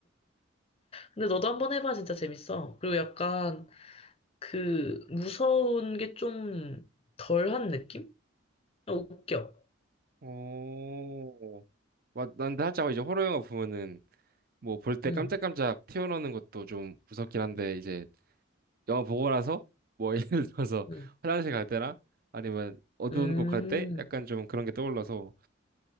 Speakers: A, on the left (about 30°); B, on the right (about 45°).
A: 근데 너도 한번 해봐, 진짜 재밌어. 그리고 약간 그 무서운 게 좀 덜한 느낌? 아, 웃겨.
B: 오, 맞, 난 살짝 이제 호러 영화 보면은 뭐 볼 때
A: 응,
B: 깜짝깜짝 튀어나오는 것도 좀 무섭긴 한데 이제 영화 보고 나서 뭐 <laughs> 예를 들어서
A: 응,
B: 화장실 갈 때나 아니면 어두운
A: 음.
B: 곳 갈 때 약간
A: 음,
B: 좀 그런 게 떠올라서